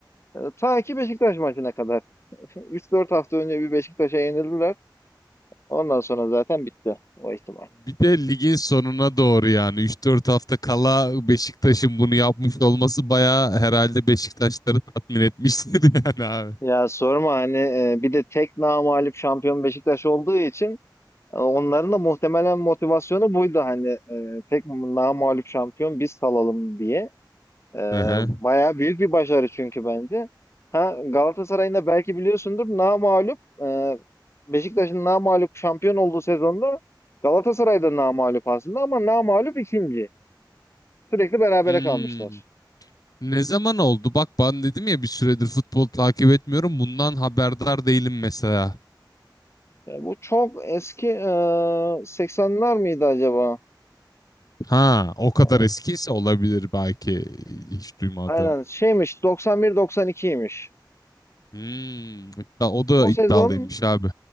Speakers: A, on the left; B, on the left.
A: Ee, Ta ki Beşiktaş maçına kadar. <laughs> 3-4 hafta önce bir Beşiktaş'a yenildiler. Ondan sonra zaten bitti o ihtimal.
B: Bir de ligin sonuna doğru yani üç dört hafta kala Beşiktaş'ın bunu yapmış olması bayağı herhalde Beşiktaşları tatmin etmiştir <laughs> yani abi.
A: Ya sorma hani e, bir de tek namağlup şampiyon Beşiktaş olduğu için e, onların da muhtemelen motivasyonu buydu hani e, tek namağlup şampiyon biz kalalım diye. Ee,
B: Hı hı.
A: bayağı büyük bir başarı çünkü bence. Ha Galatasaray'ın da belki biliyorsundur namağlup e, Beşiktaş'ın namağlup şampiyon olduğu sezonda Galatasaray'da da namağlup aslında ama namağlup ikinci. Sürekli berabere
B: Hmm.
A: kalmışlar.
B: Ne zaman oldu? Bak ben dedim ya bir süredir futbol takip etmiyorum. Bundan haberdar değilim mesela.
A: Yani bu çok eski e, 80'ler miydi acaba?
B: Ha, o kadar
A: E,
B: eskiyse olabilir belki hiç duymadım.
A: aynen şeymiş 91-92'ymiş.
B: Hmm, iddia- o da
A: O sezon
B: iddialıymış abi.